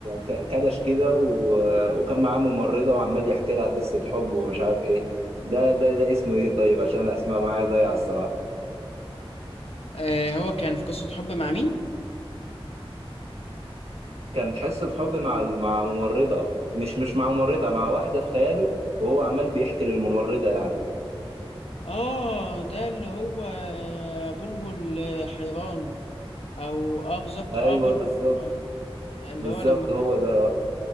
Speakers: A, on the right; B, on the left.
A: ك- كدش كده و... وكان معاه ممرضه وعمال يحكي لها قصه حب ومش عارف ايه ده ده ده اسمه ايه طيب عشان الاسماء معايا ضايعه الصراحه
B: آه هو كان في قصة حب مع مين؟
A: كانت حصه حب مع مع ممرضه مش مش مع ممرضه مع واحده في خياله وهو عمال بيحكي للممرضه يعني
B: آه ده اللي هو بلبل حيران أو آه بالظبط
A: ايوه
B: آه بلبل
A: بالظبط
B: حيران. اللي
A: بالظبط
B: هو لما كان
A: هو ده